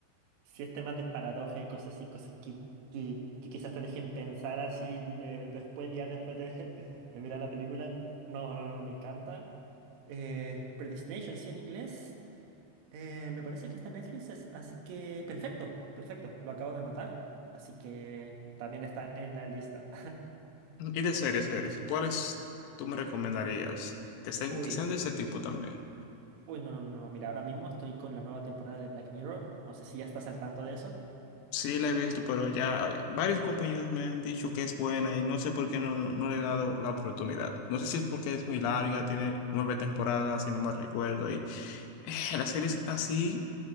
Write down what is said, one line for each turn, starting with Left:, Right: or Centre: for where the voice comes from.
Right: Si es temas de paradoja y cosas así, cosas que, que, que quizás te dejen pensar así le- después, ya después de, <laughs> de mirar la película. No, no, no, me encanta. Eh, Predestination, sí, en inglés. Eh, me parece que está en Netflix, as- así que perfecto, perfecto, lo acabo de anotar. Así que también está en la lista.
Left: Y de series, series, ¿cuáles tú me recomendarías?
Right: <laughs>
Left: Que estén, que
Right: Uy,
Left: sean de ese tipo también.
Right: uy, no, no, no, no, mira, ahora mismo estoy con la nueva temporada de Black Mirror. No sé si ya estás al tanto de eso.
Left: Sí, la he visto, pero ya varios compañeros me han dicho que es buena y no sé por qué no, no, no le he dado la oportunidad. No sé si es porque es muy larga, tiene nueve temporadas, si no me recuerdo, y <sighs> Las series así